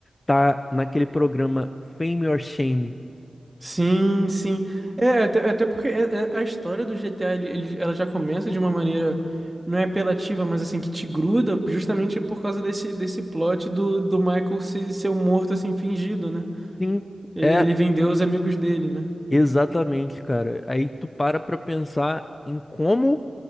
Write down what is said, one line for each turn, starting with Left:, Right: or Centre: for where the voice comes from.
Left: tá naquele programa Fame or Shame.
Right: Sim, sim. É, até, até porque é- é- a história do GTA, ele, ele- ela já começa de uma maneira, não é apelativa, mas assim, que te gruda, justamente por causa desse, desse plot do, do Michael ser, ser um morto, assim, fingido, né?
Left: Sim,
Right: Ele,
Left: é
Right: ele vendeu os amigos dele, né?
Left: exatamente, cara. Aí tu para pra pensar em como